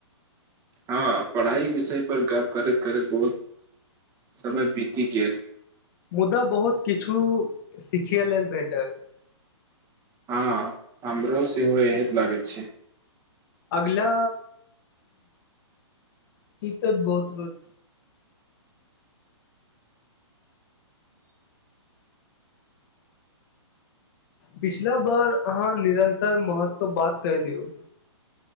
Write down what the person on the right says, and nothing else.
हँ पढ़ाई विषय पर गप करैत करैत बहुत समय बीति गेल
हँ हमरो सेहो एहत लागैत छै